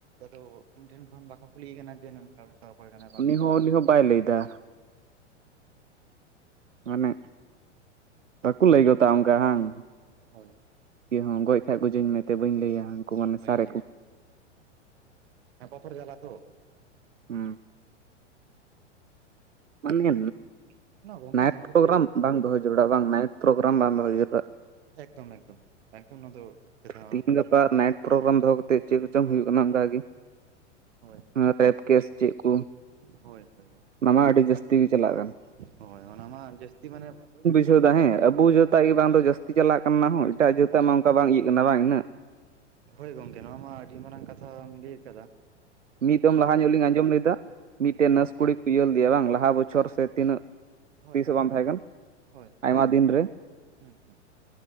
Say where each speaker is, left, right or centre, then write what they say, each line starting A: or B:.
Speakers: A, on the right; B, on the right.
A: ᱟᱫᱚ ᱩᱱᱤ ᱴᱷᱮᱱ ᱠᱷᱚᱱ ᱵᱟᱠᱚ ᱠᱩᱞᱤᱭᱮ ᱠᱟᱱᱟ ᱡᱮ ᱱᱚᱝᱠᱟ ᱵᱮᱯᱟᱨ, ᱚᱠᱚᱭ ᱠᱟᱱᱟᱭ ᱵᱟᱝ
B: ᱩᱱᱤ
A: ᱠᱟᱱᱟᱭ?
B: ᱦᱚᱸ ᱩᱱᱤ ᱦᱚᱸ ᱵᱟᱭ ᱞᱟᱹᱭ ᱫᱟ᱾ ᱢᱟᱱᱮ ᱵᱟᱠᱩ ᱞᱟᱹᱭ ᱜᱚᱫᱟ ᱚᱱᱠᱟ ᱦᱟᱝ?
A: ᱦᱳᱭ,
B: ᱤᱭᱟᱹ ᱦᱚᱸ ᱜᱚᱡ ᱠᱷᱟᱡ ᱜᱚᱡᱟᱹᱧ ᱢᱮ ᱛᱮ ᱵᱟᱹᱧ ᱞᱟᱹᱭᱟ᱾ ᱠᱩ ᱢᱟᱱᱮ
A: ᱵᱟᱹᱧ
B: ᱥᱟᱨᱮ
A: ᱞᱟᱹᱭᱟ
B: ᱠᱚ
A: ᱢᱟᱱᱮ ᱵᱚᱛᱚᱨ ᱡᱟᱞᱟ ᱛᱚ
B: ᱦᱩᱸ ᱢᱟᱱᱮ
A: ᱜᱚᱝᱠᱮ
B: ᱱᱟᱭᱤᱴ
A: ᱱᱚᱣᱟ ᱠᱚᱫᱚ
B: ᱯᱨᱳᱜᱨᱟᱢ ᱵᱟᱝ ᱫᱚᱦᱚ ᱡᱟᱹᱲᱩᱲᱟ ᱵᱟᱝ ᱱᱟᱭᱤᱴ ᱯᱨᱳᱜᱨᱟᱢ ᱵᱟᱝ ᱫᱚᱦᱚ ᱡᱟᱹᱨᱩᱲᱟ᱾
A: ᱮᱠᱫᱚᱢ ᱮᱠᱫᱚᱢ ᱮᱠᱫᱚᱢ ᱮᱠᱫᱚᱢ ᱱᱚᱣᱟ ᱫᱚ, ᱴᱷᱤᱠ ᱠᱟᱛᱷᱟ
B: ᱛᱤᱦᱤᱧ ᱜᱟᱯᱟ ᱱᱟᱭᱤᱴ ᱯᱨᱳᱜᱨᱟᱢ ᱫᱚᱦᱚ ᱠᱟᱛᱮᱫ ᱪᱮᱫ ᱠᱚᱪᱚᱝ ᱦᱳᱭᱩᱜ ᱠᱟᱱᱟ ᱚᱱᱠᱟᱜᱤ ᱾
A: ᱦᱳᱭ
B: ᱮ ᱛᱮᱸᱫ ᱠᱮᱥ ᱪᱮᱜ ᱠᱩ,
A: ᱦᱳᱭ ᱦᱳᱭ ᱜᱚᱝᱠᱮ᱾
B: ᱚᱱᱟ ᱢᱟ ᱟᱹᱰᱤ ᱡᱟᱹᱥᱛᱤ ᱜᱤ ᱪᱟᱞᱟᱜ ᱠᱟᱱ ᱾
A: ᱦᱳᱭ ᱚᱱᱟ ᱢᱟ ᱡᱟᱹᱥᱛᱤ ᱢᱟᱱᱮ
B: ᱵᱩᱡᱷᱟᱹᱣ ᱫᱟ ᱦᱮᱸ ᱟᱵᱩ ᱡᱟᱹᱛᱣᱟᱜ ᱜᱮ ᱵᱟᱝ ᱫᱚ ᱡᱟᱹᱥᱛᱤ ᱪᱟᱞᱟᱜ ᱠᱟᱱ, ᱚᱱᱟ ᱦᱚᱸ ᱮᱴᱟᱜ ᱡᱟᱹᱛᱟᱜ ᱢᱟ ᱚᱱᱠᱟ ᱵᱟᱝ ᱤᱭᱟᱹᱜ ᱠᱟᱱᱟ ᱵᱟᱝ ᱤᱱᱟᱹᱜ,
A: ᱦᱳᱭ ᱜᱚᱢᱠᱮ ᱱᱚᱣᱟ ᱢᱟ ᱟᱹᱰᱤ ᱢᱟᱨᱟᱝ ᱠᱟᱛᱷᱟᱢ ᱞᱟᱹᱭ ᱟᱠᱟᱫᱟ᱾
B: ᱢᱤᱫ ᱫᱚᱢ ᱞᱟᱦᱟ ᱧᱚᱜ ᱞᱤᱧ ᱟᱸᱡᱚᱢ ᱞᱮᱫᱟ ᱢᱤᱫᱴᱮᱱ
A: ᱦᱮᱸ
B: ᱱᱟᱹᱨᱥ ᱠᱩᱲᱤ ᱠᱚ ᱤᱭᱟᱹ ᱫᱤᱭᱟ ᱵᱟᱝ ᱞᱟᱦᱟ ᱵᱚᱪᱷᱚᱨ ᱥᱮ ᱛᱤᱱᱟᱹᱜ?
A: ᱦᱳᱭ
B: ᱛᱤᱥ
A: ᱦᱳᱭ
B: ᱦᱚᱸ ᱵᱟᱝ
A: ᱦᱳᱭ
B: ᱛᱟᱦᱮᱸ ᱠᱟᱱ,
A: ᱦᱳᱭ ᱦᱳᱭ
B: ᱟᱭᱢᱟ ᱫᱤᱱᱨᱮ,
A: ᱦᱩᱸ ᱦᱩᱸ